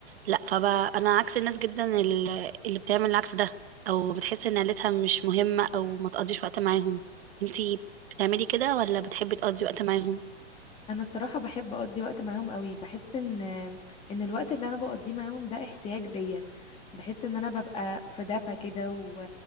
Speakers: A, on the right; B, on the left.
A: لا فبقى أنا عكس الناس جدا ال- اللي بتعمل العكس ده أو بتحس إن عيلتها مش مهمة أو ما تقضيش وقت معاهم انتي بتعملي كده ولا بتحبي تقضي وقت معاهم؟
B: انا الصراحة بحب اقضي وقت معاهم قوي بحس ان ان الوقت اللي انا بقضيه معاهم ده احتياج ليا بحس ان انا ببقى في دفى كده و...